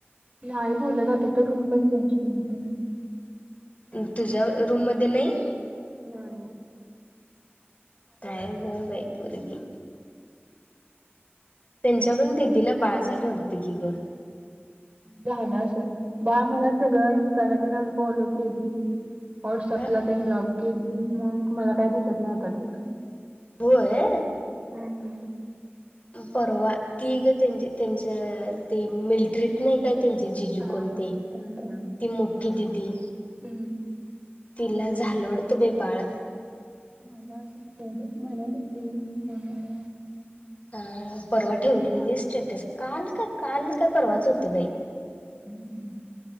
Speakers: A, on the right (about 35°); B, on the left (about 35°).
A: नाही बोलत आता तर रूम पण चेंज केली तिन.
B: अं तुझ्या रूम मध्ये नाही?
A: नाही.
B: काय ग बाई पुरगी. त्यांच्या पण दिदीला बाळ झालंय वाटतंय की गं.
A: झालं असेल बाळ मला सगळं इंस्टाला तेन अनफॉलो केली. व्हॉट्सअपला
B: ह
A: तेन ब्लॉक केली. मग मला काय दिसत नाही आता तीजं.
B: होय?
A: हम्म
B: परवा ती ग त्यांची त्यांच्या ते मिलटरीत नाही काय? त्यांचे जिजू
A: हा
B: कोणते
A: हम्म हम्म.
B: ती मोठी दिदी
A: हम्म
B: तिला झालं वाटतं बाई बाळ.
A: मला असं तेवढं म्हणत होती होणार आहे <inaudible>
B: अ परवा ठेवलेली स्टेटस. काल काय काल काय परवाच होतं बाई.
A: हम्म.